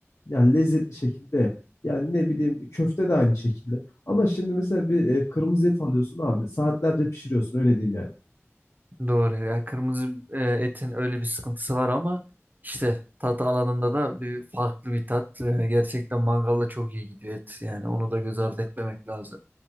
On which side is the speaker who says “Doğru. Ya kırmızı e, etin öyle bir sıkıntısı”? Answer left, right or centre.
Right